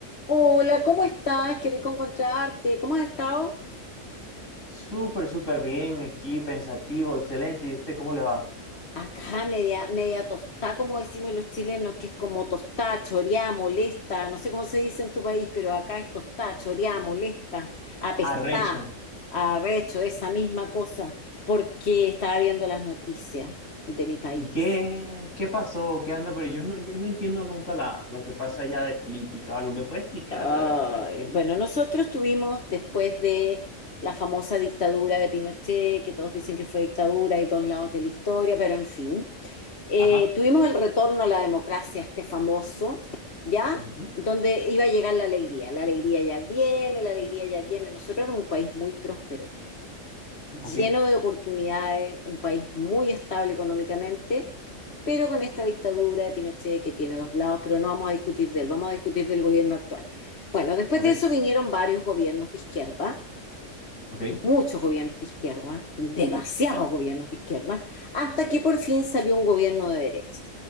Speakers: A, on the left; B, on the left.
A: Hola, ¿cómo estás? Qué rico encontrarte. ¿Cómo has estado?
B: Súper, súper bien aquí, pensativo, excelente. ¿Y usted cómo le va?
A: Acá media, media tostada, como decimos los chilenos, que es como tostada, choreada, molesta. No sé cómo se dice en tu país, pero acá es tostada, choreada, molesta, apestada,
B: Arrecho.
A: arrecho, esa misma cosa, porque estaba viendo las noticias de mi país.
B: ¿Y qué, qué pasó? ¿Qué anda? Pero yo no, yo no entiendo nunca la, lo que pasa allá de política o algo. ¿Me puede explicar?
A: Ay,
B: A ver, a ver qué.
A: bueno, nosotros tuvimos después de la famosa dictadura de Pinochet, que todos dicen que fue dictadura y dos lados de la historia, pero en fin, eh,
B: Ajá.
A: tuvimos el retorno a la democracia, este famoso, ¿ya?
B: ujú,
A: Donde iba a llegar la alegría. La alegría ya viene, la alegría ya viene. Nosotros éramos un país muy próspero lleno
B: Ok,
A: de oportunidades, un país muy estable económicamente, pero con esta dictadura de Pinochet que tiene dos lados, pero no vamos a discutir de él, vamos a discutir del gobierno actual. Bueno, después
B: ok,
A: de eso vinieron varios gobiernos de izquierda,
B: ok.
A: muchos gobiernos de izquierda, demasiados gobiernos de izquierda, hasta que por fin salió un gobierno de derecha.